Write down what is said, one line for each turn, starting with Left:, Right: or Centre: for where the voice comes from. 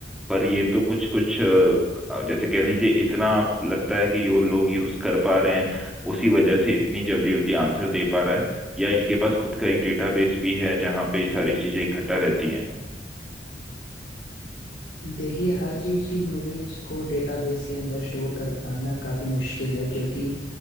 Centre: पर ये तो कुछ कुछ अ, जैसे कह लीजिए इतना आप- लगता है कि यो लोग यूज कर पा रहे हैं उसी वजह से इतनी जल्दी जल्दी आंसर दे पा रहा है या इनके पास खुद का एक डेटाबेस भी है जहाँ पे ये सारी चीजें इकट्ठा रहती हैं
Left: देखिए हर चीज की नॉलेज को डेटाबेस के अंदर स्टोर कर पाना काफी मुश्किल है क्योंकि